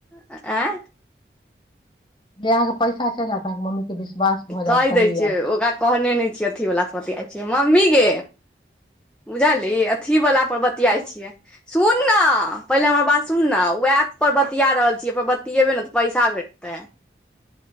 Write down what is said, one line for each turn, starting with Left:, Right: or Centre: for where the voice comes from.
Centre: आँय
Left: जहिया अहाँके पैसा चलि आयत अहाँके मम्मी के विश्वास भऽ जायत
Centre: कहि
Left: सही
Centre: दैय छियैय,
Left: ऐप छै
Centre: ओकरा कहने नै छियैय अथीवला सबके अच्छे मम्मी गे बुझलही अथी वला पर बतियाइ छियैय, सुन ने पहिले हमर बात सुन ने बात सब बतिया रहल छियैय ओहि पर बतियेबैय ने त पैसा भेटतैय।